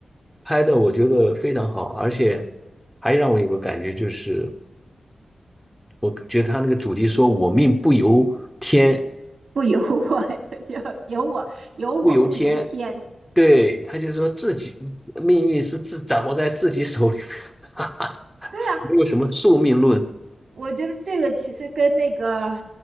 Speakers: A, in the centre; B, on the right.
A: 拍的我觉得非常好，而且还让我有个感觉就是，我觉得他那个主题说“我命不由天，
B: 不由我，<laughs> 由由我由我不由天，
A: 不由天”，对，他就说自己命运是自掌握在自己手里面，<laughs> 哈哈
B: 对呀、啊
A: 没有什么宿命论。
B: 我觉得这个其实跟那个，